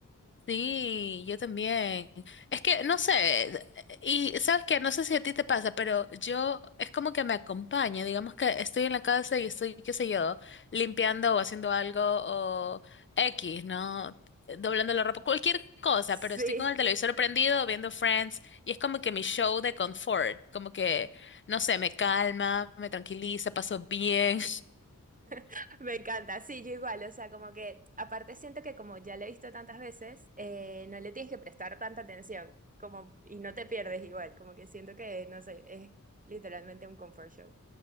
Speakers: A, on the left; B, on the right.
A: Sí, yo también. Es que no sé, y sabes que no sé si a ti te pasa, pero yo es como que me acompaña, digamos que estoy en la casa y estoy, qué sé yo, limpiando o haciendo algo o X, ¿no? Doblando la ropa, cualquier cosa,
B: Sí,
A: pero estoy con el televisor prendido viendo Friends y es como que mi show de confort, como que, no sé, me calma, me tranquiliza, paso bien.
B: <laughs> me encanta. Sí, yo igual. O sea, como que aparte siento que como ya la he visto tantas veces, eh, no le tienes que prestar tanta atención. Como, y no te pierdes igual. Como que siento que, no sé, es literalmente un comfort show.